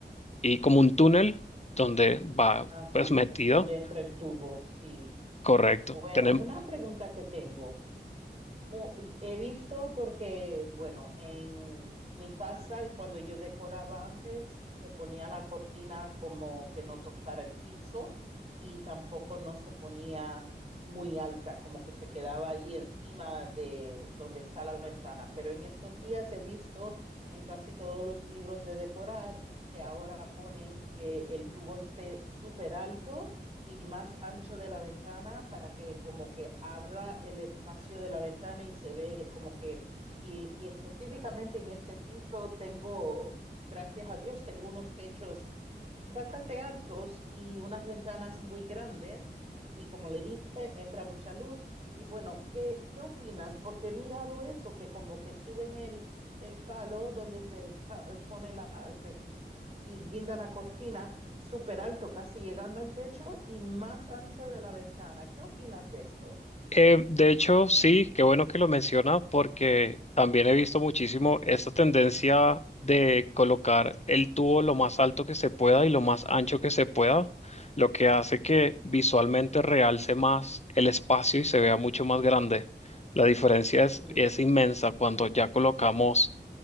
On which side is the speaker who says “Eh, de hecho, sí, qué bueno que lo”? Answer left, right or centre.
Left